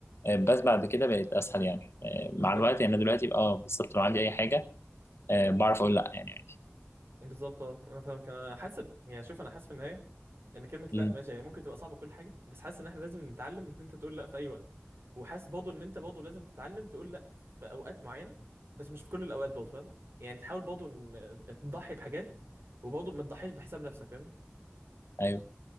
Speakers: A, on the left (about 85°); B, on the right (about 70°).
A: آه، بس بعد كده بقت اسهل يعني آه،
B: بالظبط
A: مع الوقت يعني أنا دلوقتي اه بالظبط لو عندي اي حاجه آه، بعرف اقول لا يعني عادي
B: بالظبط اه انا فاهمك انا حاسس إن- يعني شوف انا حاسس في النهايه ان كلمه لا
A: امم
B: ماشي هي ممكن تبقى صعبه كل حاجه بس حاسس ان احنا لازم نتعلم ان انت تقول لا في اي وقت وحاسس برضه ان انت برضه لازم تتعلم تقول لا في اوقات معينه بس مش في كل الاوقات برضه فاهم يعني تحاول برضه ان آه، تضحي بحاجات وبرضه ما تضحيش بحساب نفسك فاهمني
A: ايوه